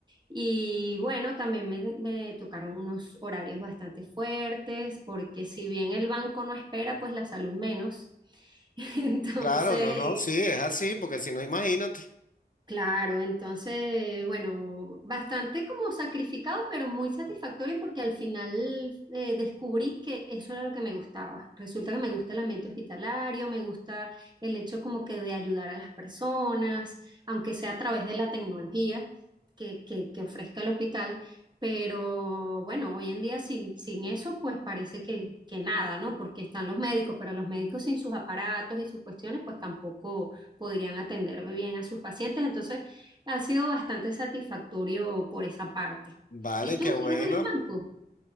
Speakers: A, on the right; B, on the left.
A: Y bueno, también me, me tocaron unos horarios bastante fuertes, porque si bien el banco no espera, pues la salud menos. <laughs> Entonces,
B: claro, no, no, sí, es así, porque si no, imagínate.
A: Claro, entonces, bueno, bastante como sacrificado, pero muy satisfactorio porque al final eh, descubrí que eso era lo que me gustaba. Resulta que me gusta el ambiente hospitalario, me gusta el hecho como que de ayudar a las personas, aunque sea a través de la tecnología que, que, que ofrezca el hospital. Pero bueno, hoy en día sin, sin eso, pues parece que, que nada, ¿no? Porque están los médicos, pero los médicos sin sus aparatos y sus cuestiones, pues tampoco podrían atender bien a sus pacientes. Entonces, ha sido bastante satisfactorio por esa parte.
B: Vale,
A: ¿Y tú
B: qué
A: sigues
B: bueno.
A: en el banco?